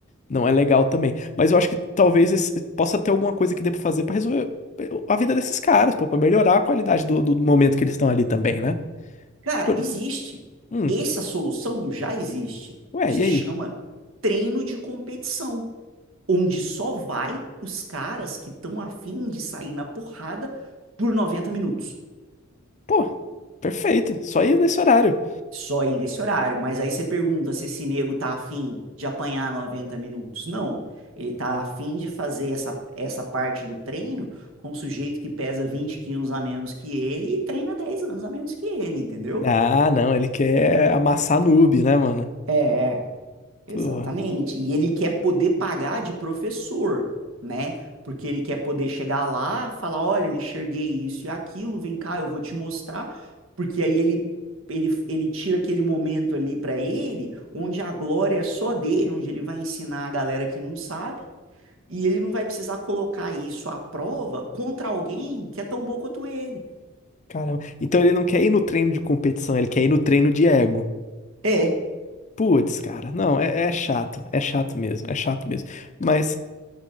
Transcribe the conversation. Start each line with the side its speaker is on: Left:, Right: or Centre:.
Left: Não é legal também. Mas eu acho que talvez esse- possa ter alguma coisa que dê pra fazer pra resolver a vida desses caras, pô, pra melhorar a qualidade do, do momento que eles estão ali também, né?
Right: Cara,
Left: Tipo,
Right: existe.
Left: hum,
Right: Essa solução já existe.
Left: ué,
Right: Se
Left: e aí?
Right: chama treino de competição, onde só vai os caras que estão afim de sair na porrada por 90 minutos.
Left: Pô, perfeito, só ir nesse horário.
Right: Só ir nesse horário. Mas aí você pergunta se esse nego tá afim de apanhar 90 minutos. Não. Ele tá afim de fazer essa, essa parte do treino com um sujeito que pesa 20 quilos a menos que ele e treina 10 anos a menos que ele, entendeu?
Left: Ah, não, ele quer amassar noob, né, mano?
Right: É, Exatamente.
Left: Pô,
Right: E ele quer poder pagar de professor, né? Porque ele quer poder chegar lá, falar, olha, eu enxerguei isso e aquilo, vem cá, eu vou te mostrar, porque aí ele ele, ele tira aquele momento ali para ele, onde a glória é só dele, onde ele vai ensinar a galera que não sabe, e ele não vai precisar colocar isso à prova contra alguém que é tão bom quanto ele.
Left: caramba. Então ele não quer ir no treino de competição, ele quer ir no treino de ego.
Right: É,
Left: Putz, cara, não, é, é chato, é chato mesmo, é chato mesmo. Mas.